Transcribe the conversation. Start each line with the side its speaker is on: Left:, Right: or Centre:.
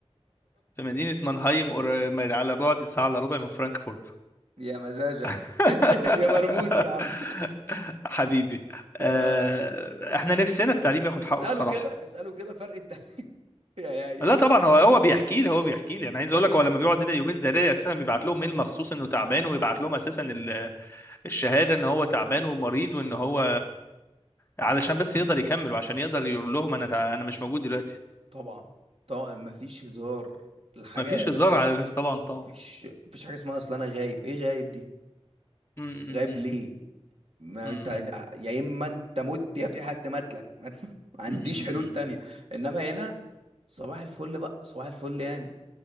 Left: في مدينه مانهايم
Right: <laughs>
Left: قر-
Right: <laughs>
Left: على بعد ساعه الا ربع من فرانكفورت
Right: يا مزاجك
Left: <laughs>
Right: <laughs> يا مرموش يا عم
Left: حبيبي
Right: <laughs> ف-
Left: آه، احنا نفسنا التعليم
Right: اس-
Left: ياخد حقه
Right: اسأله
Left: الصراحه
Right: كده اسأله كده فرق التعليم <laughs> يا يا يا
Left: لا طبعا هو هو بيحكي لي هو بيحكي لي انا عايز
Right: فرق
Left: اقول لك
Right: شاسع
Left: هو لما بيقعد هنا يومين زي ده اساسا بيبعت لهم ميل مخصوص انه تعبان ويبعت لهم اساسا ال- الشهاده ان هو تعبان ومريض وان هو علشان بس يقدر يكمل وعشان يقدر يقول لهم انا انا مش موجود دلوقتي
Right: طبعا طبعا مفيش هزار الحاجة
Left: ما فيش
Right: يا باشا
Left: هزار على طبعا طبعا
Right: مفيش مفيش حاجة اسمها اصل انا غايب ايه غايب دي
Left: أمم، أمم،
Right: غايب ليه ما
Left: أمم،
Right: انت يا اما انت مت يا في حد ماتلك <laughs> ما عنديش
Left: أمم،
Right: حلول تانية انما هنا صباح الفل بقى صباح الفل يعني